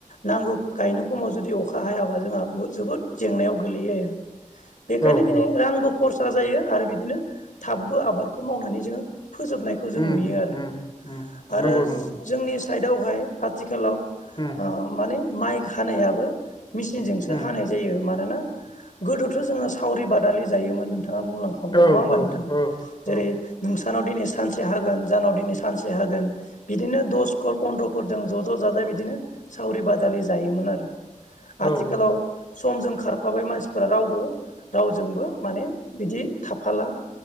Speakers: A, on the left; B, on the left.
A: नांगौ गायनो खमाव जुदि अखा हायाबा जोंहा बुहुद जोबोद जेंनायाव गोगलैयो । बेखायनो
B: औ
A: दिनै
B: औ
A: रांबो खरसा जायो आरो बिदिनो थाबबो आबादखौ मावनानै जोङो फोजोबनायखौ जों
B: उम
A: नुयो आरो ।
B: उम उम
A: आरो
B: नंगौ नंगौ
A: जोंनि साइडआवहाय आथिखालाव
B: उम
A: ओ माने माइक हानायाबो मेसिनजोंसो
B: उम
A: हानाय जायो । मानोना गोदोथ' जोङो सावरि बादालि जायोमोन नों नोंथाङा बुंलांखाबाय
B: औ
A: नङा होमबा नोंथां
B: औ
A: जेरै
B: औ
A: नोंसो सानाव दिनै सानसे हागोन जानाव दिनै सानसे हागोन बिदिनो दस घर, पन्द्र' घरजों जों ज' -ज', जाजाय बिदिनो सावरि - बादालि जायोमोन आरो ।
B: औ
A: आथिखालाव
B: औ
A: समजों खारफाबाय मानसिफोरा रावबो रावजोंबो माने बिदि थाफाला ।